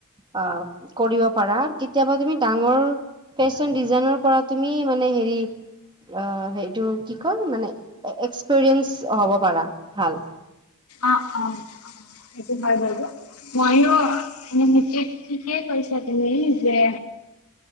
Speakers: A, on the right (about 20°); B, on the left (about 80°).
A: অ কৰিব পাৰা কেতিয়াবা তুমি ডাঙৰ। ফেশ্বন ডিজাইনৰ পৰা তুমি মানে হেৰি অ সেইটো। কি কম মানে এক্সপেৰিয়েন্ঞ্চ হ'ব পাৰা ভাল।
B: আ অ সেইটো ভাল হ'ব। মইনো এনে মই ঠিকেই কৈছে তুমি যে।